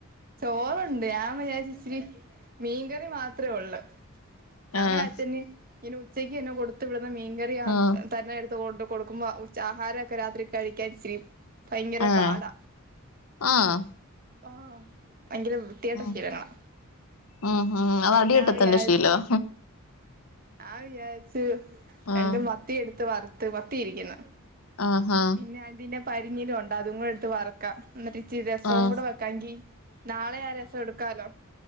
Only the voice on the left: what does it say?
ആഹ്
ആഹ്
ആഹ് ആഹ്
ഉം
ഉം ഉം അത്
അടി കിട്ടത്തിന്റെ
ശീലവാ
ആഹ്
ആഹ് ആഹ്
ആഹ്